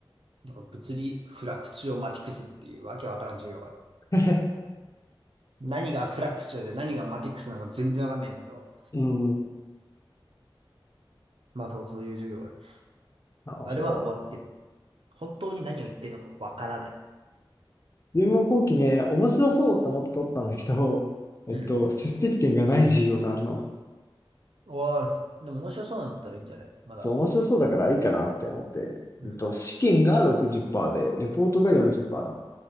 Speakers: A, on the right; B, on the left.
A: なんか物理フラクチュオマティクスっていうわけわからん授業がある。
B: <laughs>
A: 何がフラクチュオで何がマティクスなのか全然わかんないんだけど。
B: うん。
A: まあそう、そういう授業がある。
B: なるほど。
A: あれは終わってる。本当に何を言ってるのかわからない。
B: 自分も今期ね、面白そうと思って取ったんだけど、えっと、
A: うん。
B: 出席点がない授業があるの。
A: おーでも面白そうなんだったらいいんじゃないまだ。
B: そう、面白そうだからいいかなって思って。
A: うん。
B: えっと、試験が60%で、レポートが40%なの。